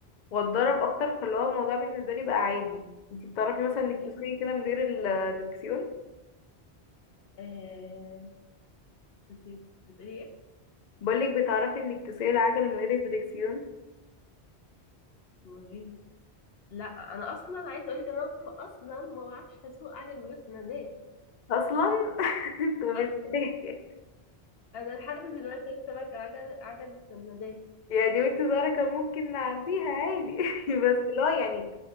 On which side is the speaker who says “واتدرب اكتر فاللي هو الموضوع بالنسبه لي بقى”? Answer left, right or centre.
Left